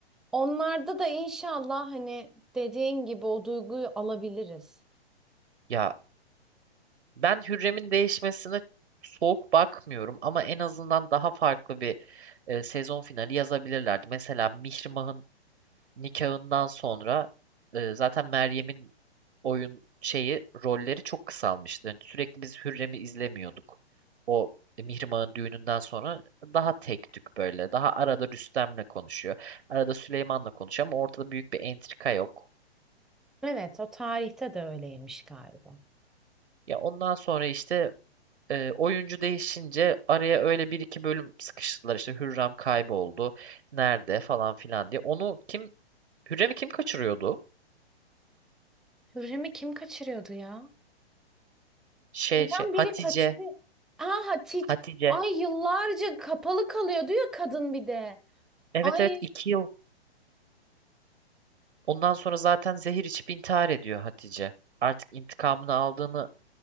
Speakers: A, in the centre; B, on the right.
A: onlarda da inşallah hani dediğin gibi o duyguyu alabiliriz.
B: Ya Ben Hürrem'in değişmesine soğuk bakmıyorum ama en azından daha farklı bir e, sezon finali yazabilirlerdi. Mesela Mihrimah'ın nikahından sonra e, zaten Meryem'in oyun şeyi rolleri çok kısalmıştı. Yani sürekli biz Hürrem'i izlemiyorduk. O Mihrimah'ın düğününden sonra daha tek tük böyle. Daha arada Rüstem'le konuşuyor. Arada Süleyman'la konuşuyor ama ortada büyük bir entrika yok.
A: Evet, o tarihte de öyleymiş galiba.
B: Ya ondan sonra işte E, oyuncu değişince araya öyle bir iki bölüm sıkıştırdılar işte Hürrem kayboldu nerede falan filan diye. Onu kim Hürrem'i kim kaçırıyordu?
A: Hürrem'i kim kaçırıyordu ya?
B: Şey
A: Neden
B: şey Hatice
A: biri kaçırıyor? Aha Hatice.
B: Hatice.
A: Ay yıllarca kapalı kalıyordu ya kadın bir de.
B: Evet
A: Ay
B: evet iki yıl ondan sonra zaten zehir içip intihar ediyor Hatice. Artık intikamını aldığını